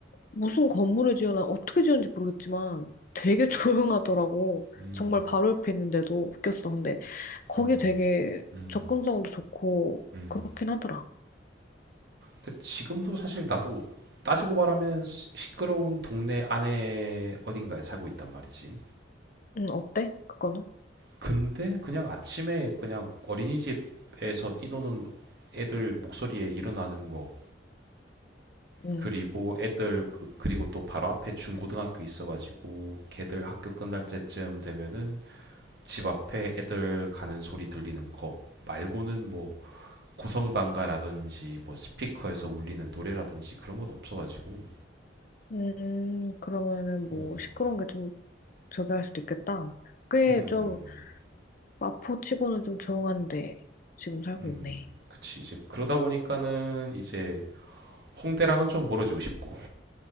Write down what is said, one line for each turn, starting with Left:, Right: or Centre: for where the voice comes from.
Left: 무슨 건물을 지어나 어떻게 지었는지 모르겠지만 되게 <laughs> 조용하더라고.
Right: 음.
Left: 정말 바로 옆에 있는데도 웃겼어. 근데 거기
Right: 음.
Left: 되게
Right: 음.
Left: 접근성도 좋고
Right: 음.
Left: 그렇긴 하더라.
Right: 근데 지금도 사실 나도 따지고 말하면 시- 시끄러운 동네 안에 어딘가에 살고 있단 말이지.
Left: 응, 어때? 그거는?
Right: 근데 그냥 아침에 그냥 어린이집에서 뛰노는 애들 목소리에 일어나는 거
Left: 응.
Right: 그리고 애들 그 그리고 또 바로 앞에 중고등학교 있어가지고 걔들 학교 끝날 때쯤 되면은 집 앞에 애들 가는 소리 들리는 거 말고는 뭐 고성방가라든지 뭐 스피커에서 울리는 노래라든지 그런 건 없어가지고
Left: 음, 그러면은 뭐
Right: 어.
Left: 시끄러운 게 좀 저기 할 수도 있겠다. 꽤좀
Right: 음,
Left: 마포치고는 좀 조용한데 지금 살고
Right: 음,
Left: 있네.
Right: 그치 이제 그러다 보니까는 이제 홍대랑은 좀 멀어지고 싶고